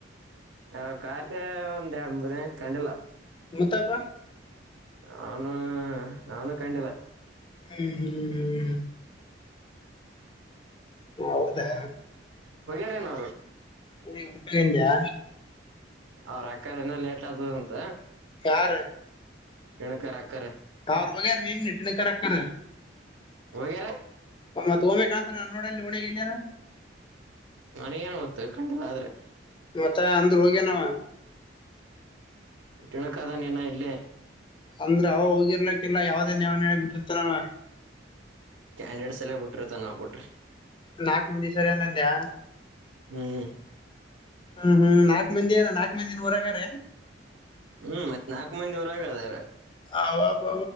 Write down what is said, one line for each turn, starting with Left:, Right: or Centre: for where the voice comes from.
Right: ಹ ಕಾರ ಒಂದ್ ಎರಡ್ ಮೂರ್ ದಿನ ಇತ್ಕೊಂಡಿಲ್ಲ
Left: ಉತಪ
Right: ಅವನು ಅವನು ಕಂಡಿಲ್ಲ
Left: ಹ್ಮ್ ಹ್ಮ್ ಹ್ಮ್ ಹೌದಾ
Right: ನ
Left: ನೀ ಉಡುಂದಯಾ
Right: ಅವ್ರ ಅಕ್ಕರ ಏನ ಲೇಟ್ ಆದದಂತ
Left: ಚಾರ್
Right: ಕೆಣಕರ ಆಕ್ಕ
Left: ಟಾವ ವಗ ನೀ ನಟನೆ ಕರ ಕರ
Right: ವೇರ
Left: ಅಮ್ಮ ತೋಮೆ ಕಾಣಂತ ನಾನ್ ನೋಡಲ್ಲಿ ಣಗ ಇಲ್ಲೇನ
Right: ನನಗಏನ್ ಗತ್ತು ಕಖಂಡಿಲ್ಲ ಆದ್ರೆ
Left: ಮತ್ತೆ ಅಂದ್ರು ಹೋಗೇನವ
Right: ತಿಣಕದ ನೀನ ಇಲ್ಲೇ
Left: ಅಂದ್ರ ಅವ ಹೋಗಿರ್ಲಕ್ಕಿಲ್ಲ ಯಾವ್ದೇ ನವ ನಳ ಬಿಟ್ಟಿರ್ತನವ
Right: ಕ್ಯಾಂಡಿಡೇಟ್ಸ್ ಎಲ್ಲೇ ಬಿಟ್ರಿ ತ ನವು ಬಿಟ್ರಿ
Left: ನಾಲ್ಕು ಮಂದ ದಿವಸವರೆನಂದಯ
Right: ಹ್ಮ್
Left: ಹ್ಮ ಹ್ಮ್ ನಾಕಕ್ ಮಂದಿಏನ ನಾಕಕ್ ಮಂದಿಿನ ಊರಗಾರ
Right: ಹ್ಮ್ ಮತ್ ನಾಲ್ಕು ಮಂದಿ ಊರ ಆಗದಾರ
Left: ಹಬ